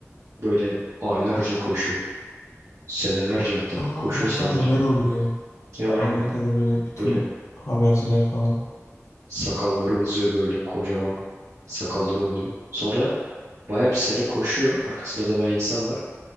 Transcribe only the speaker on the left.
Aa,
hatta
haber oluyor.
Amerika'da böyle bütün
haberciler falan.